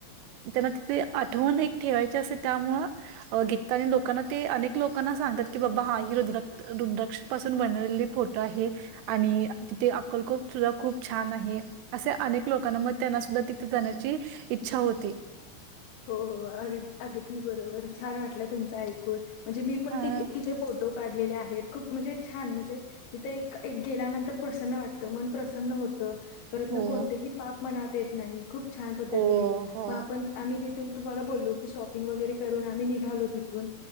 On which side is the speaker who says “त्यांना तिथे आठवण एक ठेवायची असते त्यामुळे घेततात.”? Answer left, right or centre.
Right